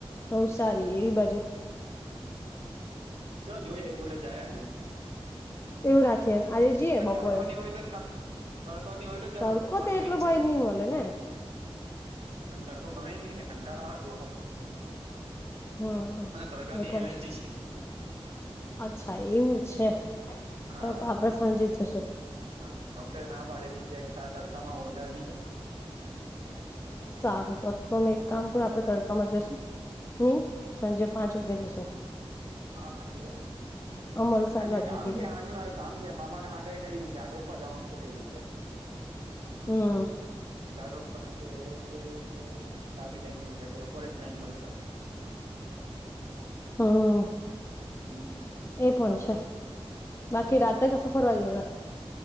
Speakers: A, on the left; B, on the right.
A: નવસારી એવી બાજુ
B: ચાલો જોઈએ એવું હોય તો જાયે આજે.
A: એવું રાખીએ. આજે જઈએ બપોરે
B: તડકોની હોય તો તડકોની
A: તડકો તો
B: ફ્રી
A: એટલો
B: જ છે
A: ભય
B: ને.
A: નહી મળે ને
B: મને તડકો ગમે જ ની ને કંટાળ આવે બો.
A: હમ
B: મારે તડકાથી
A: એ પણ
B: એલર્જી છે.
A: અચ્છા એવું છ
B: હા
A: તો તો આપડે સાંજે જ જશું.
B: હા ડોક્ટરએ ના પાડેલી છે તા તડકામાં વધારે ની જામ.
A: સારું તો તો તમે એક કામ કરો આપડે તડકામાં જશું. હમ, સાજે પાંચ વાગે જસો.
B: હા હાજે જાયે,
A: અમલસાર
B: હાજે
A: બાજુ
B: કામ
A: કે બધી
B: છે હાજે મારે. કામ છે. મામાને હાતે કઈ ઝાડ રોપવા જવાનું છે કઈ જગ્યા.
A: હમ.
B: ઝાડ રોપવાના છે એટલે તા ભી ટાઈમિંગ એટલે બપોરે જ ટાઈમ મળશે આજે.
A: હમ.
B: હમ.
A: એ પણ છે, બાકી રાતે કસો ફરવા <unintelligible>